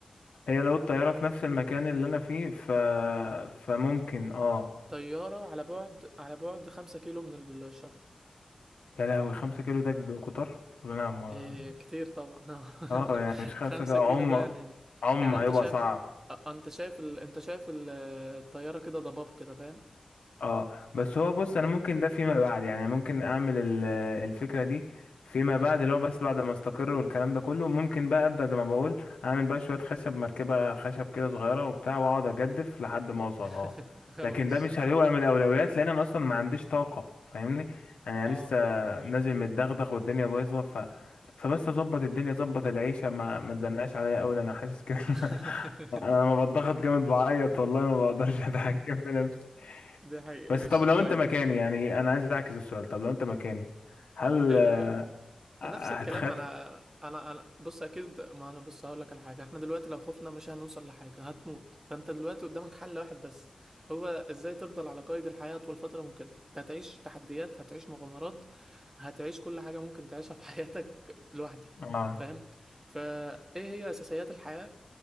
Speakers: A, on the left; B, on the right.
A: هي لو الطيارة في نفس المكان اللي انا فيه ف... فممكن اه
B: الطيارة على بعد على بعد خمسة كيلو من الشط
A: يا لهوي خمسة كيلو ده كب- كتر ولا انا ما...
B: إيه كتير طبعا آه.
A: اه يعني مش خمسة
B: <laughs> خمسة
A: كيلو
B: كيلو
A: عم
B: ده يعني
A: عم
B: يعني
A: هيبقى
B: انت شايف
A: صعب
B: أ- انت شايف ال... انت شايف ال- الطيارة كده ضباب كده فاهم
A: اه بس هو بص انا ممكن ده فيما بعد يعني ممكن اعمل ال- الفكره دي فيما
B: اه
A: بعد اللي هو بس بعد ما استقر والكلام ده كله ممكن بقى ابدا زي ما بقول اعمل بقى شويه خشب مركبه خشب كده صغيره وبتاع واقعد اجدف لحد ما اوصل
B: <laughs>
A: اه
B: هو
A: لكن
B: ماشي
A: ده مش هيبقى من الاولويات لان انا اصلا ما عنديش طاقه فاهمني انا
B: اه
A: لسه
B: ده حقيقة
A: نازل متدغدغ والدنيا بايظه ف فبس اظبط الدنيا اظبط العيشه ما ما تزنقش عليا قوي انا حاسس كده <laughs>
B: <laughs>
A: انا لما بتضغط جامد بعيط والله ما بقدرش <laughs> اتحكم في نفسي
B: دي حقيقة
A: بس
B: ماشي
A: طب لو
B: طيب
A: انت مكاني يعني انا عايز اعكس السؤال طب لو انت مكاني هل
B: آه
A: آه، هتخاف
B: نفس الكلام انا انا انا بص اكيد ما انا بص هقول لك على حاجة احنا دلوقتي لو خفنا مش هنوصل لحاجة هتموت فانت دلوقتي قدامك حل واحد بس هو ازاي تفضل على قيد الحياة طول فترة ممكنة انت هتعيش تحديات هتعيش مغامرات هتعيش كل حاجة ممكن تعيشها في <laughs> حياتك لوحدك
A: اه
B: فاهم فايه هي اساسيات الحياة